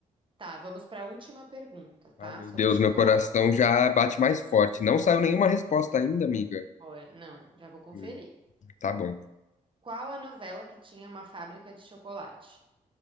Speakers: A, on the right (about 35°); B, on the left (about 55°).
A: Tá, vamos para a última pergunta, tá?
B: Ai, meu
A: Sobre
B: Deus,
A: chocolates.
B: meu coração já bate mais forte. Não saiu nenhuma resposta ainda, amiga.
A: Bora, não, já vou conferir.
B: Hum, tá bom.
A: Qual a novela que tinha uma fábrica de chocolate?